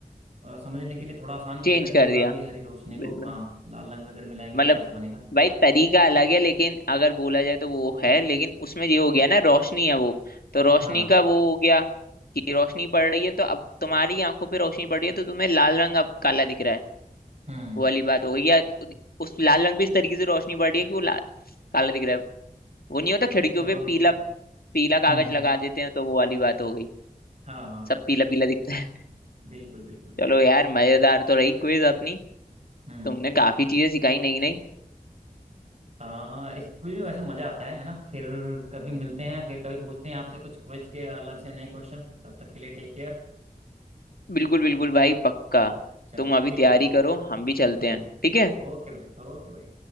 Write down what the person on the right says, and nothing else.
अ, समझने के लिए थोड़ा आसान किया
था कि
गुलाबी
हरी रोशनी
को हाँ लाल रंग में अगर मिलाएंगे
तो कैसा बनेगा
हाँ
हम्म
चलो
हम्म हम्म
हाँ हाँ हाँ,
बिल्कुल बिल्कुल बिल्कुल
हम्म
हाँ इस क्विज में वैसे मजा आता है है ना फिर कभी मिलते हैं फिर कभी पूछते हैं आपसे कुछ क्विज के अलग से नए क्वेश्चन तब तक के लिए टेक केयर
चलो
ठीक
है भाई
हम्म
ओके भाई ओके भाई